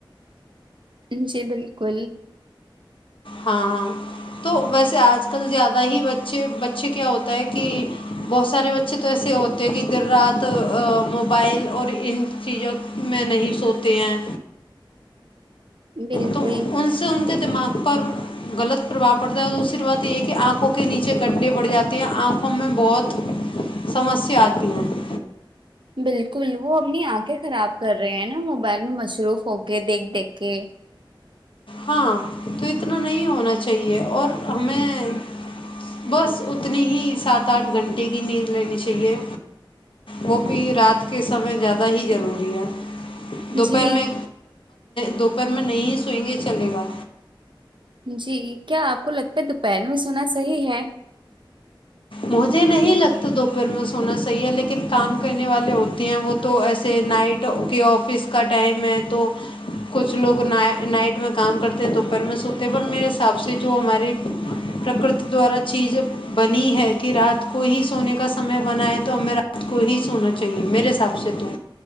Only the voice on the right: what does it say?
جی جی بالکل
بالکل
بالکل وہ اپنی آنکھیں خراب کر رہے ہیں نا موبائل میں مصروف ہو کے دیکھ دیکھ کے
جی
جی کیا آپ کو لگتا ہے دوپہر میں سونا صحیح ہے